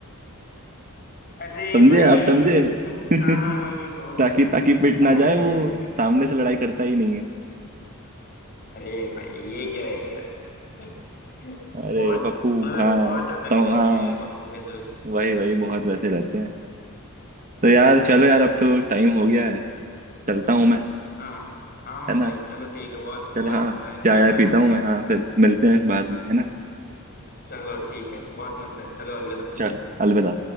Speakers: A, on the left; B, on the right.
A: अरे
B: समझे
A: भाई
B: आप समझे
A: <laughs>
B: <laughs>
A: हाँ समझ
B: ताकि ताकि पिट
A: अरे
B: ना जाए वो
A: यार
B: सामने से लड़ाई करता ही नहीं है
A: अरे भाई ये क्या है यार <laughs>
B: अरे
A: बहुत
B: पप्पू
A: मतलब
B: हाँ
A: बहुत अलग
B: सम,
A: रहते
B: हाँ
A: हैं यार पप्पू के जोक
B: वही वही बहुत वैसे रहते हैं तो यार चलो यार अब तो टाइम हो गया है चलता हूँ मैं
A: हाँ हाँ हाँ
B: है ना
A: भाई चलो ठीक है बहुत बहुत
B: चलो हाँ
A: मजा आया
B: चाय
A: भाई
B: आय
A: बात
B: पीता
A: करके
B: हूँ मैं हाँ फिर मिलते हैं बाद में है ना
A: चलो ठीक है बहुत मजा आया चलो अलविदा
B: चलो अलविदा